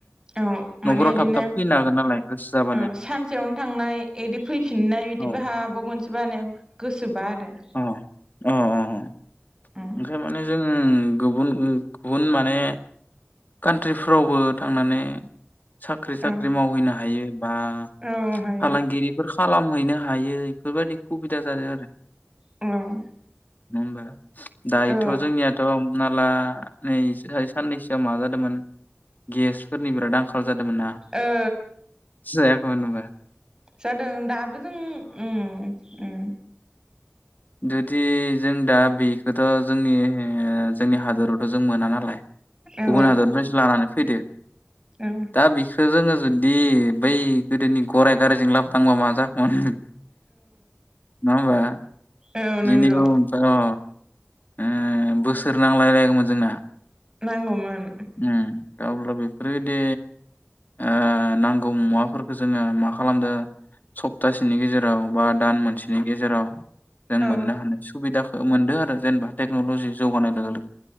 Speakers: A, on the right; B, on the left.
A: औ माने
B: नफोराव
A: इदिनो
B: थाब थाब फैनो हागोन नालाय गोसो जाबा
A: औ सानसेयावनो थांनाय इदि फैफिननाय बिदिबो
B: औ
A: हाबावगोनसो बानो गोसोबा आरो
B: अह अ अ अ
A: उम
B: ओंखाय माने जों उम गुबुन उम गुबुन माने कान्ट्रिफ्रावबो थांनानै साख्रि साख्रि
A: औ
B: मावहैनो हायो बा
A: औ हायो
B: फालांगिरिफोर खालामहैनो हायो इफोरबायदि खुबिदा जादो आरो
A: औ
B: नङा होमबा दायोथ'
A: औ
B: जोंनियाथ' नाला नै सोयाय साननैसोआ मा जादोमोन गेसफोरनि बिराद आंखा खाल जादोमोन ना
A: ओ
B: जायाखैमोन होमबा?
A: जादों दाबो जों उम उम
B: जुदि जों दा बि बेथ' जोंनि जोंनि हादोरावथ' जों मोना नालाय
A: औ
B: गुबुन हादरनिफ्रायसो लानानै फैदो
A: औ
B: दा बे खो जोंङो जुदि बै गोदोनि गराय गारिजों लाबनांबा मा जागोमोन नङा होमबा
A: औ नंगौ
B: दिनिबो हो ओमफ्रा‌ अ ओ बोसोर नांलायलायगौमोन जोंना
A: नांगौमोन
B: उम, दा अब्ला बेफोरबायदि ओ नांगौ मुवाफोरखौ जोंङो मा खालामदो सप्तासेनि गेजेराव बा दान मोनसेनि गेजेराव जों
A: औ
B: मोननो हानाय सुबिदाखौ मोनदो आरो जेनेबा टेक्न'लजि जौगानाय लोगो लोगो